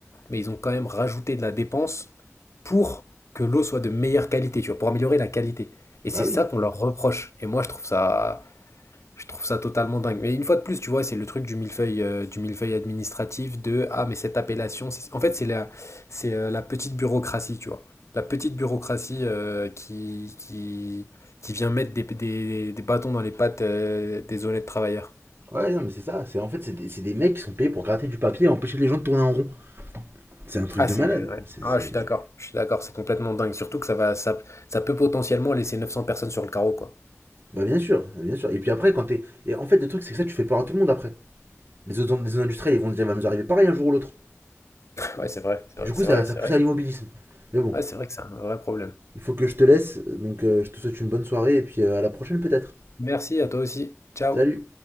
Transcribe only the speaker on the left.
mais ils ont quand même rajouté de la dépense pour que l'eau soit de meilleure qualité, tu vois, pour améliorer la qualité. Et
c'est ça
qu'on leur reproche. Et moi, je trouve ça, je trouve ça totalement dingue. Mais une fois de plus, tu vois, c'est le truc du millefeuille, euh, du millefeuille administratif de ah, mais cette appellation, c'est- en fait, c'est la, c'est euh, la petite bureaucratie, tu vois. La petite bureaucratie euh, qui, qui, qui vient mettre des, des, des bâtons dans les pattes euh, des honnêtes travailleurs.
Ah,
c'est.
euh, ouais.
Ah,
je suis d'accord. Je suis d'accord, c'est complètement dingue. Surtout que ça va, ça, ça peut potentiellement laisser 900 personnes sur le carreau, quoi.
Ouais, c'est vrai, c'est
vrai,
c'est
vrai,
c'est
vrai.
Ouais, c'est vrai que c'est un vrai problème.
Merci à toi aussi. Ciao.